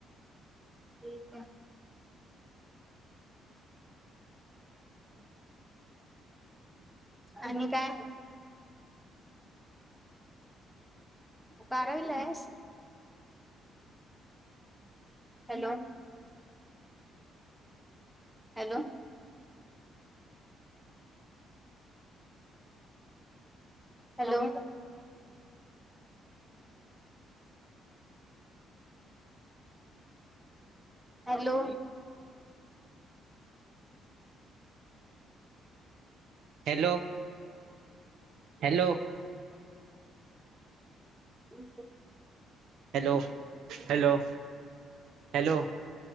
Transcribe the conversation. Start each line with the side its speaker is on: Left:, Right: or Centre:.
Centre: ठीक आहे. आणि काय? बारावीला आहेसं hello! Hello! Hello! Hello!
Right: Hello! Hello!
Centre: उच.
Right: Hello! Hello! Hello!